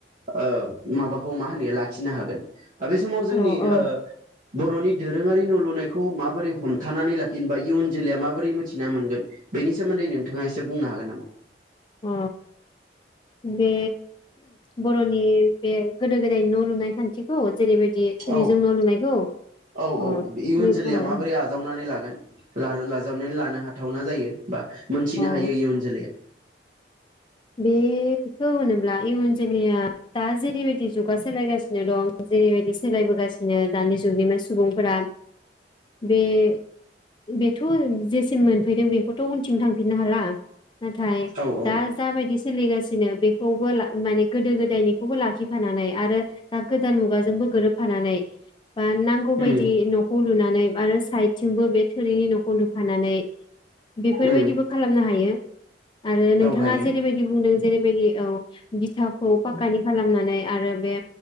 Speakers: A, on the right; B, on the left.
A: ओ माबाखौ मा होनो लाखिनो हागोन। बे समाव जोंनि
B: औ औ
A: ओ बर' नि दोरोङारि न लुनायखौ माबोरै हमथानानै लाखिनो बा इयुन जोलैया माबोरै मिथिना मोनगोन बेनि सोमोन्दै नोंथाङा एसे बुंनो हागोन नामा।
B: अ बे बर'नि बे गोदो गोदायनि न लुनाय खान्थिखौ जेरैबायदि थोरिजों
A: औ
B: न' लुनायखौ
A: औ
B: अ
A: औ इयुन
B: नों
A: जोलैया
B: अ
A: माबोरै आजावनानै लागोन। लाल लाजावनानै लानो हाथावना जायो। बा मोनथिनो
B: अ
A: हायो इयुन जोलैया।
B: बेखौ होनोब्ला इयुन जोलैया दा जेरैबायदि जुगा सोलायगासिनो दं जेरैबायदि सोलायबोगासिनो दानि जुगनि मा सुबुंफोरा बे-बेथ जेसिम मोनफैदों बेखौथ उनथिं थांफिननो हाला। नाथाय
A: औ औ
B: दास दाबायदि सोलिगासिनो बेखौबो ला माने गोदो गोदायनिखौबो लाखिफानानै आरो दा गोदान मुगाजोंबो। गोरोबफानानै बा नांगौ बायदि
A: उम
B: नखौ लु लुनानै आरोस साइदथिंबो बे थोरिनि न। फलु खानानै। बेफोरबायदिबो
A: उम
B: खालामनो हायो आरो नोंथां।
A: औ
B: बिथाङा
A: हायो
B: जेरैबायदि बुंदों जेरैबायदि औ। बिथाखौ पाक्कानि। खालामनानै आरो बे।